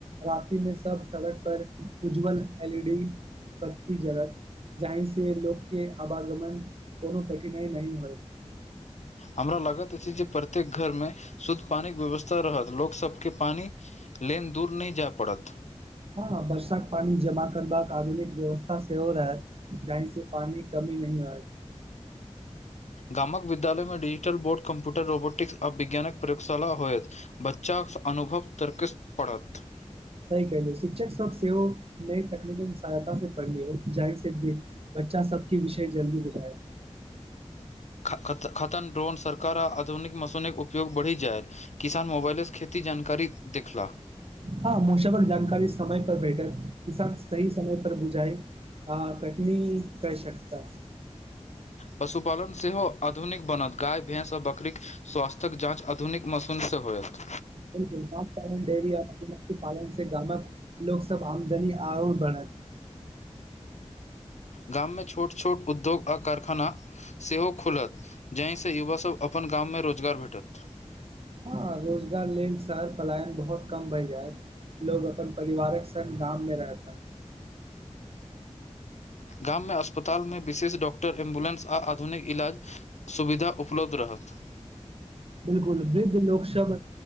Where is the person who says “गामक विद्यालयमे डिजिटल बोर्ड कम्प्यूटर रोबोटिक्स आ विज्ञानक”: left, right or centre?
Left